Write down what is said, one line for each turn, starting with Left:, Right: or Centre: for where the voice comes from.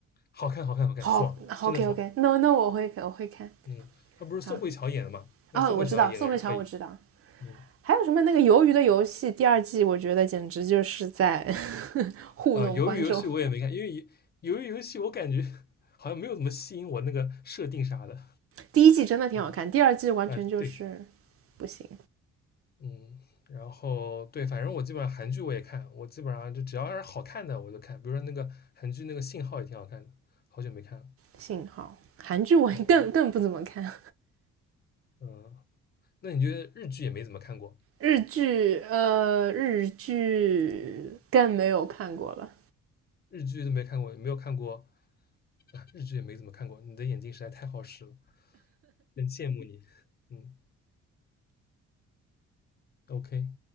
Left: 好看，好看，好看，
Right: 好，OK
Left: 爽，真的爽，
Right: OK，n o n o 我会我会看。
Left: 嗯，他不是宋慧乔演的嘛？
Right: 好，
Left: 那宋慧乔演的是可以，
Right: 哦，我知道，宋慧乔我知道。
Left: 嗯，
Right: 还有什么那个《鱿鱼的游戏》第二季，我觉得简直就是在 <laughs> 糊弄观众。
Left: 啊，鱿鱼游戏我也没看，因为鱿鱼游戏我感觉 <laughs> 好像没有怎么吸引我那个设定啥的，
Right: 第一季真的挺好看，
Left: 嗯，
Right: 第二季完全就是
Left: 啊，对，
Right: 不行。
Left: 嗯，然后对，反正我基本上韩剧我也看，我基本上就只要是好看的我就看，比如说那个韩剧那个《信号》也挺好看的，好久没看了。
Right: 幸好韩剧我更更不怎么看。
Left: 嗯我嗯，那你觉得日剧也没怎么看过？
Right: 日剧，呃，日剧更没有看过了。
Left: 日剧都没看过，也没有看过啊日剧也没怎么看过。你的眼睛实在太好使了，很羡慕你。嗯，OK。